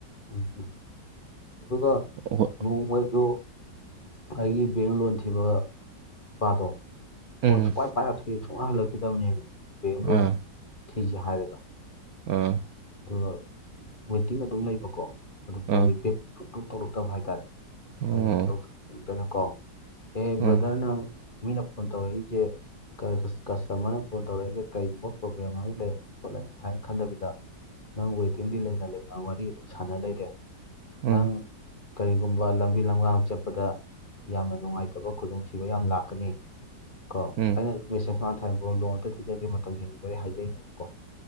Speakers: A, on the left; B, on the right.
A: ꯎꯝ ꯎꯝ ꯑꯗꯨꯒ
B: ꯍꯣ
A: ꯅꯣꯡ ꯃꯣꯏꯖꯨ ꯑꯩꯒꯤ ꯕꯦꯡ ꯂꯣꯟ ꯊꯤꯕ ꯅꯨꯄꯥꯗꯣ ꯐꯣꯟ
B: ꯎꯝ
A: ꯁꯨꯛꯄꯥꯏ ꯄꯥꯏꯔꯛꯈꯤ ꯁꯨꯡꯍꯟ ꯍꯜꯂꯛꯈꯤꯗꯕꯅꯦꯃꯤ ꯕꯦꯡ ꯂꯣꯟ
B: ꯑꯥ
A: ꯊꯤꯖꯦ ꯍꯥꯏꯔꯒ
B: ꯑꯥ
A: ꯑꯗꯨꯒ ꯋꯦꯇꯤꯡ ꯑꯗꯨꯝ ꯂꯩꯕꯀꯣ ꯑꯗꯨ ꯐꯣꯟ
B: ꯑꯥ
A: ꯀꯣꯜꯗꯤ ꯕꯦꯛ ꯁꯨꯡꯇꯧ ꯇꯧꯔꯛꯇꯕ ꯍꯥꯏꯇꯥꯔꯦ
B: ꯑꯣ
A: ꯑꯩꯅ ꯈꯨꯗꯧ ꯁꯥꯎꯅꯤꯡꯗꯅꯀꯣ ꯍꯦ
B: ꯎꯝ
A: ꯕ꯭ꯔꯗꯔ ꯅꯪ ꯃꯤꯅ ꯐꯣꯟ ꯇꯧꯔꯛꯏꯖꯦ ꯀꯁꯇꯃꯔꯅ ꯐꯣꯟ ꯇꯧꯔꯛꯏꯁꯦ ꯀꯔꯤꯒꯨꯝꯕ ꯄ꯭ꯔꯣꯕ꯭ꯂꯦꯝ ꯑꯃ ꯂꯩꯔꯅꯤ ꯈꯣꯠꯂꯅꯤ ꯍꯥꯏꯅ ꯈꯟꯗꯕꯤꯗ ꯅꯪ ꯋꯦꯇꯤꯡꯗꯤ ꯂꯩꯅ ꯂꯩꯅ ꯋꯥꯔꯤ ꯑꯗꯨꯝ ꯁꯥꯟꯅ ꯂꯩꯔꯦ
B: ꯎꯝ
A: ꯅꯪ ꯀꯔꯤꯒꯨꯝꯕ ꯂꯝꯕꯤ ꯂꯝꯂꯥꯡ ꯆꯠꯄꯗ ꯌꯥꯝꯅ ꯅꯨꯡꯉꯥꯏꯇꯕ ꯈꯨꯗꯣꯡꯊꯤꯕ ꯌꯥꯝꯅ ꯂꯥꯛꯀꯅꯤ ꯀꯣ
B: ꯎꯝ
A: ꯑꯩꯅ ꯑꯗꯨꯝ ꯃꯦꯁꯦꯖ ꯃꯥꯟꯅ ꯊꯥꯔꯕ꯭ꯔꯣ ꯂꯣꯟ ꯑꯝꯇ ꯊꯤꯖꯒꯦ ꯃꯇꯝ ꯍꯦꯟꯕꯤꯕ ꯑꯩ ꯍꯥꯏꯖꯔꯤꯅꯦꯕꯀꯣ